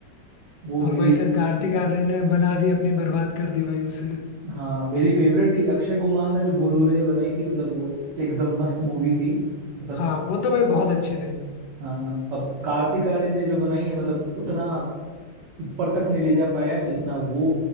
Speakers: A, on the right; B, on the left.
A: वो
B: और
A: मेरी
B: भाई फिर कार्तिक आर्यन ने बना दी अपनी बर्बाद कर दी भाई उसे
A: हाँ मेरी फेवरेट थी अक्षय कुमार ने जो भूल भुलैया बनाई थी मतलब वो एकदम मस्त मूवी थी मतलब
B: हाँ वो तो भाई बहुत अच्छी थी
A: हाँ, अब कार्तिक आर्यन ने जो बनाई है मतलब उतना ऊपर तक नहीं ले जा पाया जितना वो